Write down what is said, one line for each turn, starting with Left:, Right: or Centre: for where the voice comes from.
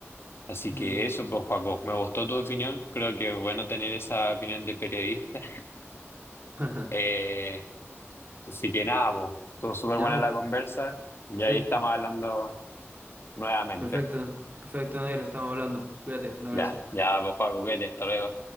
Left: Así
Right: Mm,
Left: que eso, pues, Joaco, me gustó tu opinión. Creo que es bueno tener esa opinión de periodista.
Right: <laughs>
Left: Eh, Así que nada, po, estuvo súper
Right: Ya,
Left: buena
Right: vos.
Left: la conversa y
Right: Sí,
Left: ahí estamos hablando nuevamente.
Right: perfecto, perfecto, negro, estamos hablando. Cuídate, un abrazo.
Left: Ya, ya, pues, Juan Buquete, hasta luego.